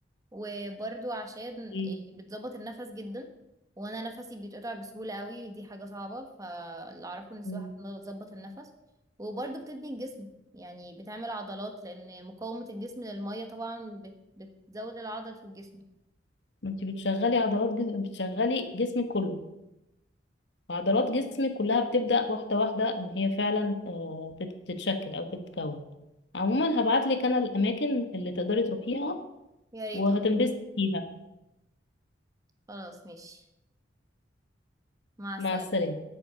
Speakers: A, on the right; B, on the left.
A: وبرضو عشان إيه،
B: مم.
A: بتظبط النفس جدا وانا نفسي بيتقطع بسهوله قوي ودي حاجه صعبه فاللي اعرفه ان السباحه
B: مم.
A: بتظبط النفس وبرضو بتبني الجسم يعني بتعمل عضلات لان مقاومه الجسم للميه طبعا بت- بتزود العضل في الجسم
B: ما انت بتشغلي عضلات جسم بتشغلي جسمك كله عضلات جسمك كلها بتبدأ واحدة واحدة ان هي فعلا آه، تت- تتشكل او تتكون عموما هبعتلك انا الاماكن اللي تقدري تروحيها
A: يا ريت
B: وهتنبسطي
A: اه
B: فيها
A: خلاص ماشي مع السلامه
B: مع السلامة